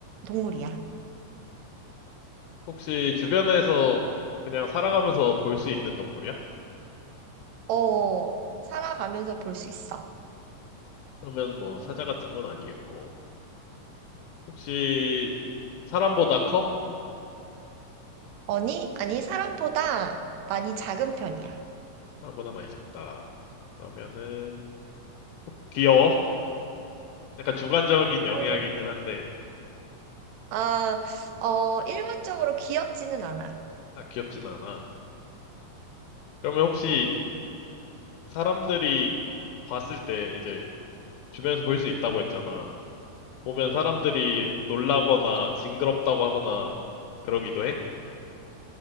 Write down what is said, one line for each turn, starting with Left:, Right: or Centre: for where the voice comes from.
Right: 동물이야.
Left: 혹시 주변에서 그냥 살아가면서 볼 수 있는 동물이야?
Right: 어, 살아가면서 볼 수 있어.
Left: 그러면 뭐 사자 같은 건 아니겠고. 혹시 사람보다 커?
Right: 아니, 아니, 사람보다 많이 작은 편이야.
Left: 사람보다 많이 작다. 그러면은 어, 귀여워? 약간 주관적인 영향이긴
Right: 어,
Left: 한데,
Right: 아, 어, 일반적으로 귀엽지는 않아.
Left: 아, 귀엽진 않아. 그러면 혹시 사람들이 봤을 때 이제 주변에서 볼 수 있다고 했잖아. 보면 사람들이 놀라거나 징그럽다고 하거나 그러기도 해?